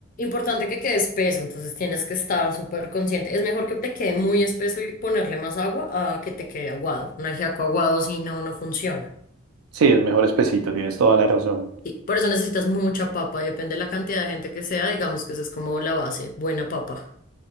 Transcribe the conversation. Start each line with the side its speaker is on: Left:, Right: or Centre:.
Left: Importante que quede espeso, entonces tienes que estar súper consciente. Es mejor que te quede muy espeso y ponerle más agua a que te quede aguado. Un ajiaco aguado si no, no funciona.
Right: Sí, es mejor espesito, tienes toda la razón.
Left: Sí, por eso necesitas mucha papa, y depende de la cantidad de gente que sea, digamos que esa es como la base, buena papa.